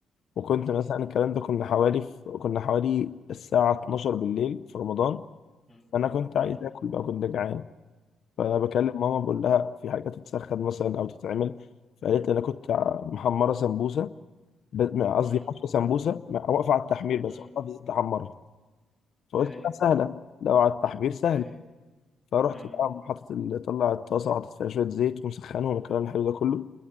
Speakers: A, on the left; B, in the centre.
A: وكنت
B: مم.
A: مثلا الكلام ده كنا حوالي في... كنا حوالي الساعه 12 بالليل في رمضان
B: مم.
A: انا كنت
B: مم.
A: عايز اكل بقى كنت جعان فبكلم
B: مم.
A: ماما بقول لها في حاجه تتسخن مثلا او تتعمل فقالت لي انا كنت ع- محمره سمبوسه ب- قصدي
B: مم.
A: حفصه سمبوسه م- واقفه على التحمير بس
B: مم.
A: واقفه في الزيت احمرها فقلت
B: اي
A: لها سهله لو على التحمير سهله
B: اي
A: فرحت
B: مم.
A: بقى حاطط ال- طلع الطاسه وحطيت فيها شويه زيت ومسخنهم والكلام الحلو ده كله